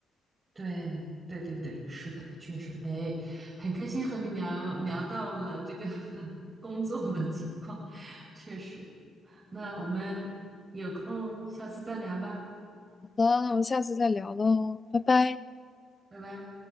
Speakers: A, on the right; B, on the left.
A: 对对对对，是的，确实，哎，很开心和你聊聊到了这个 <laughs> 工作的情况，确实。那我们有空下次再聊吧，
B: 好的，那我们下次再聊喽，拜拜。
A: 拜拜。